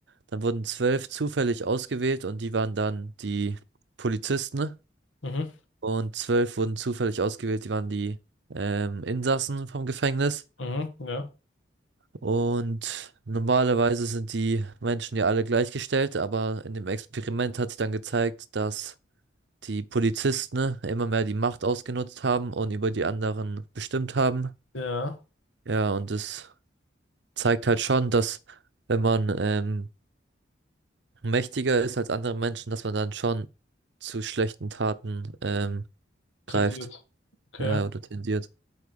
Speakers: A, on the right; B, on the left.
A: dann wurden zwölf zufällig ausgewählt und die waren dann die Polizisten
B: mhm,
A: und zwölf wurden zufällig ausgewählt, die waren die ähm, Insassen vom Gefängnis.
B: mhm, ja,
A: Und normalerweise sind die Menschen ja alle gleichgestellt, aber in dem Experiment hat sich dann gezeigt, dass die Polizisten immer mehr die Macht ausgenutzt haben und über die anderen bestimmt haben.
B: ja,
A: Ja, und das zeigt halt schon, dass wenn man ähm, mächtiger ist als andere Menschen, dass man dann schon zu schlechten Taten ähm,
B: tendiert.
A: greift,
B: Okay,
A: ja, oder tendiert.